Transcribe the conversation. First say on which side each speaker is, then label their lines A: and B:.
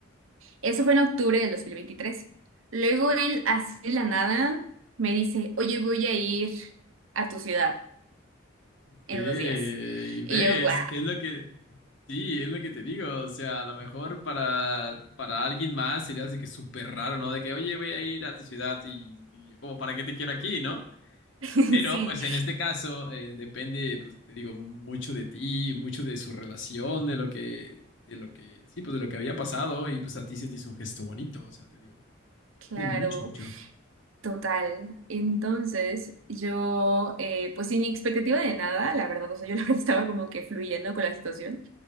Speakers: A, on the right; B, on the left.
A: Eso fue en octubre del dos mil veintitrés Luego él, así de la nada, me dice, oye, voy a ir a tu ciudad
B: ok.
A: en
B: Y
A: unos días.
B: ves,
A: Y yo, wow,
B: es lo que, sí, es lo que te digo. O sea, a lo mejor para, para alguien más sería así que súper raro, ¿no? De que, oye, voy a ir a tu ciudad y, y yo como, ¿para qué te quiero aquí, no?
A: <laughs>
B: Pero pues
A: sí,
B: en este caso eh, depende, pues te digo, mucho de ti, mucho de su relación, de lo que, de lo que, sí, pues de lo que había pasado y pues a ti se te hizo un gesto bonito, o sea, te digo,
A: claro.
B: depende mucho, mucho.
A: Total. Entonces, yo, eh, pues sin expectativa de nada, la verdad, o sea, yo <laughs> la verdad estaba como que fluyendo con la situación.